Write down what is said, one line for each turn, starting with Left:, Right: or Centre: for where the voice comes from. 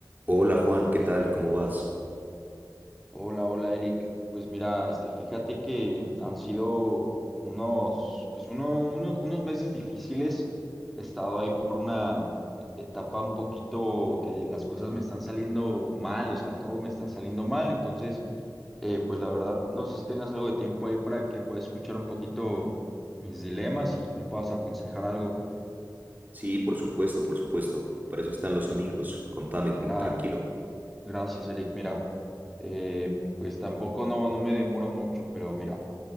Right: Hola Juan, ¿qué tal? ¿Cómo vas?
Centre: Hola, hola Eric. Pues mira, este, fíjate que han sido unos, pues uno- uno- unos meses difíciles. He estado ahí por una etapa un poquito que las cosas me están saliendo mal, o sea, todo me está saliendo mal. Entonces, eh, pues la verdad, no sé si tengas algo de tiempo ahí para que puedas escuchar un poquito mis dilemas y me puedas aconsejar algo.
Right: Sí, por supuesto, por supuesto. Para eso están los
Centre: Mi-
Right: amigos. Contame, con-
Centre: gra-
Right: tranquilo.
Centre: gracias, Eric. Mira, eh, pues tampoco no, no me demoro mucho, pero mira.